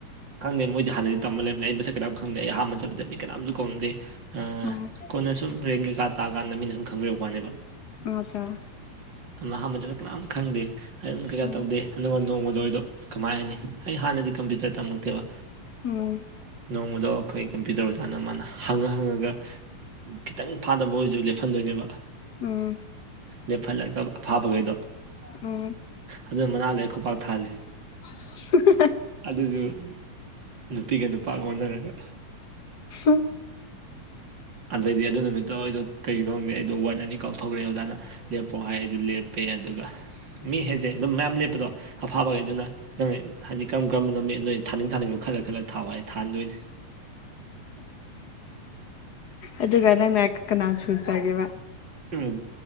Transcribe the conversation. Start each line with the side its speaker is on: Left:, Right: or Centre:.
Right: ꯈꯪꯗꯦ ꯃꯣꯏꯗꯤ ꯍꯥꯟꯅꯗꯩꯩ ꯇꯝꯕ ꯂꯩꯔꯝꯕꯅꯤ ꯑꯩ ꯃꯁꯛ ꯀꯅꯥꯝ ꯈꯪꯗꯦ ꯑꯩ ꯑꯥꯍꯥꯟꯕ ꯆꯠꯄꯗ ꯃꯤ ꯀꯅꯥꯝꯖꯨ ꯀꯧꯅꯗꯦ ꯑꯥ
Left: ꯎꯝ
Right: ꯀꯣꯟꯅ ꯁꯨꯝ ꯔꯦꯡ ꯀꯩꯀꯥ ꯇꯥ ꯀꯥꯟꯗ ꯃꯤꯅ ꯗꯨꯝ ꯈꯪꯕꯤꯔꯛꯄꯅꯦꯕ
Left: ꯑꯆꯥ
Right: ꯑꯍꯥꯥꯟꯕꯗꯅ ꯀꯅꯥꯝ ꯈꯪꯗꯦ ꯑꯗꯨꯝ ꯀꯩꯀꯥ
Left: ꯎꯝ
Right: ꯇꯧꯗꯦ ꯑꯗꯨꯒ ꯅꯣꯡꯃꯗꯣ ꯑꯩꯗꯣ ꯀꯃꯥꯏꯅꯅꯤ ꯑꯩ ꯍꯥꯟꯅꯗꯤ ꯀꯝꯄ꯭ꯌꯨꯇꯔ ꯇꯝꯃꯛꯇꯦꯕ
Left: ꯎꯝ
Right: ꯅꯣꯡꯃꯥꯗꯣ ꯑꯩꯈꯣꯏ ꯀꯝꯄ꯭ꯌꯨꯇꯔ ꯑꯣꯖꯥꯅ ꯃꯥꯅ ꯍꯪꯉꯥ ꯍꯪꯉꯥꯒ ꯈꯤꯇꯪ ꯐꯥꯗꯕ ꯑꯣꯏꯁꯨ ꯂꯦꯞꯐꯟꯗꯣꯏꯅꯦꯕ
Left: ꯎꯝ
Right: ꯂꯦꯞꯐꯜꯂꯒ ꯑꯐꯥꯕꯒꯩꯗꯣ
Left: ꯎꯝ
Right: ꯑꯗꯨ ꯃꯅꯥ ꯂꯩ ꯈꯨꯄꯥꯛ ꯊꯥꯍꯜꯂꯤ
Left: <inaudible>
Right: ꯑꯗꯨꯖꯨ ꯅꯨꯄꯤꯒ ꯅꯨꯄꯥꯒ ꯑꯣꯟꯅꯔꯒ
Left: <unintelligible>
Right: ꯑꯗꯩꯗꯤ ꯑꯗꯨ ꯅꯨꯃꯤꯠꯇꯣ ꯑꯩꯗꯣ ꯀꯩꯒꯤꯅꯣ ꯈꯪꯗꯦ ꯋꯥꯔꯗ ꯑꯅꯤ ꯀꯥꯎꯊꯣꯛꯈ꯭ꯔꯦ ꯑꯣꯖꯥꯅ ꯂꯦꯞꯄꯣ ꯍꯥꯏ ꯑꯩꯗꯨ ꯂꯦꯞꯄꯦ ꯑꯗꯨꯒ ꯃꯤ ꯍꯥꯏꯁꯦ ꯑꯗꯨꯝ ꯃꯌꯥꯝ ꯂꯦꯞꯄꯗꯣ ꯑꯐꯥꯕꯒꯩꯗꯨꯅ ꯅꯪ ꯍꯥꯏꯗꯤ ꯀꯔꯝ ꯀꯔꯝꯕꯣ ꯃꯤ ꯅꯣꯏ ꯊꯥꯅꯤꯡ ꯊꯥꯅꯤꯡꯕ ꯈꯜꯂꯥ ꯈꯜꯂꯥ ꯊꯥꯎ ꯍꯥꯏ ꯊꯥꯍꯟꯗꯣꯅꯤ
Left: ꯑꯗꯨꯒ ꯅꯪꯅ ꯀꯅꯥ ꯆꯨꯁ ꯇ꯭ꯔꯒꯦꯕ
Right: ꯎꯝ